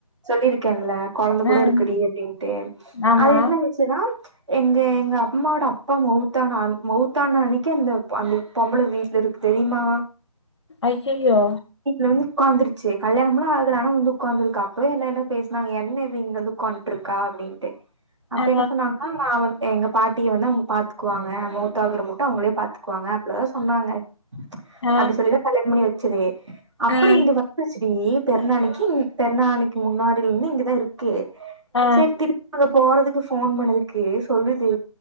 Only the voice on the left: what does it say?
ம்
ஆமா
அய்யயோ
ஆ
ஆ
ம்
ஆ